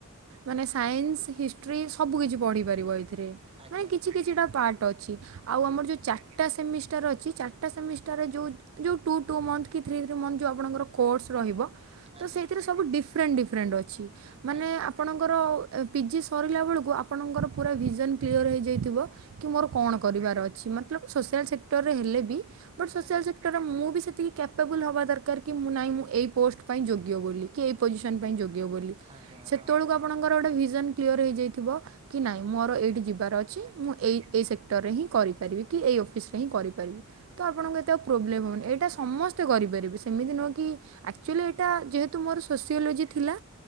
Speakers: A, on the right; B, on the right.
A: ମାନେ ସାଇନ୍ସ ହିଷ୍ଟ୍ରି ସବୁ କିିଛି ପଢ଼ିପାରିବ ଏଇଥିରେ।
B: ଆଜ୍ଞା
A: ମାନେ କିଛି କିଛିଟା ପାର୍ଟ ଅଛି ଆଉ ଆମର ଯୋଉ ଚା ଚାରିଟା ସେମିଷ୍ଟାର ଅଛି ଚାରିଟା ସେମିଷ୍ଟାର ରେ ଯଉ ଯଉ ଟୁ ଟୁ ମନ୍ଥ କି ଥ୍ରୀ ଥ୍ରୀ ମନ୍ଥ ଯଉ ଆପଣଙ୍କର କୋର୍ସ ରହିବ।
B: ଆଜ୍ଞା
A: ତ ସେଇଥିରେ ସବୁ ଡିଫରେଣ୍ଟ ଡିଫରେଣ୍ଟ ଅଛି ମାନେ
B: ଆଜ୍ଞା
A: ଆ ପଣଙ୍କର ପିଜି ସରିଲା ବେଳକୁ ଆପଣଙ୍କର ପୁରା ଭିଜନ କ୍ଲିଅର ହଇଯାଇଥିବ। କି ମୋର କଣ
B: ଆଜ୍ଞା
A: କଣିବାର ଅଛି ମତଲଵ୍ ସୋସିଆଲ୍ ସେକ୍ଟରରେ ହେଲେ ବି ବଟ୍ ସୋସିଆଲ୍
B: ଆଜ୍ଞା
A: ସେ କାରଣ ମୁଁ ବି ସେତିକି କ୍ୟାପେବୁଲ୍ ହବା ଦରକାର କି ମୁଁ ନାହିଁ ମୁଁ ଏହି ପୋଷ୍ଟ ପାଇଁ ଯୋଗ୍ୟ ବୋଲି। କି ଏଇ ପୋଜିସନ ପାଇଁ ଯୋଗ୍ୟ ବୋଲି
B: ଆଜ୍ଞା ଆଜ୍ଞା
A: ସେତେବେଳକୁ
B: ହଁ ହଁ
A: ଆପଣ ଙ୍କର ଗୋଟେ ଭିଜନ୍ କ୍ଲିଅର ହେଇଯାଇଥିବ କି ନାଇଁ ମୋର ଏଇଠି ଯିବାର ଅଛି।
B: ଆଜ୍ଞା।
A: ମୁଁ ଏଇ ଏଇ ସେକ୍ଟରରେ ହିଁ କରିପାରିବି କି ଏଇ ଅଫିସ୍ ରେ ହିଁ କରିପାରିବି। ତ ଆପଣଙ୍କୁ ଏତେ ଆଉ ପ୍ରୋବ୍ଲେମ୍ ହବନି ଏଇଟା ସମସ୍ତେ କରିପାରିବେ ସେମିତି ନୁହଁ କି? ଆକ୍ଚୁଆଲି ଏଇଟା ଯେହେତୁ ମୋର ସୋସିଓଲୋଜି ଥିଲା